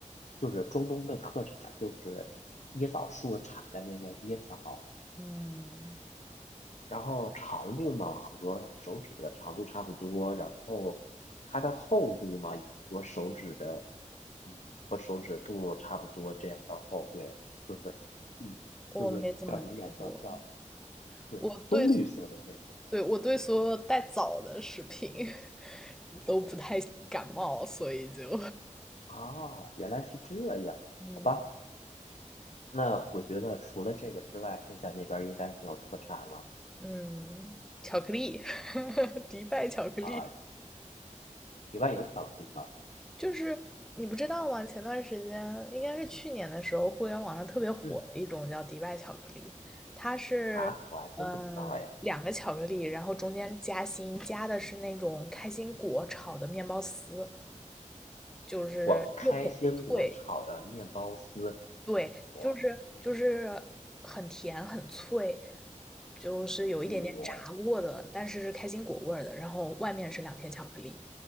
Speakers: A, on the left; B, in the centre.
A: 就是中东的特产，就是椰枣树产的那个椰枣，
B: 嗯，
A: 然后长度嘛和手指的长度差不多，
B: 有，
A: 然后它的厚度嘛也和手指的，嗯，和手指肚差不多这样的厚，对，就是，嗯，
B: 我没怎么吃过。
A: 就是叫什么颜色？叫，对，
B: 我对，
A: 棕绿色的这种。
B: 对，我对所有带枣的食品 <laughs> 都不太感冒，所以就，
A: 啊，原来是这样，
B: <laughs> 嗯。
A: 好吧。那我觉得除了这个之外，剩下那边儿应该没有特产了
B: 嗯，巧克力，<laughs> 迪拜巧克力，
A: 啊。你外有巧克力吗？
B: 就是你不知道吗？前段时间应该是去年的时候，互联网上特别火的一种叫迪拜巧克力，
A: 嗯
B: 它是嗯两个巧克力，
A: 啊，我还真不知道哎。
B: 然后中间夹心，夹的是那种开心果炒的面包丝，就是又很脆，
A: 我开心果炒的面包丝，
B: 对，
A: 我
B: 就是就是很甜很脆，就是有一点点炸过的，
A: 我
B: 但是是开心果味儿的，然后外面是两片巧克力。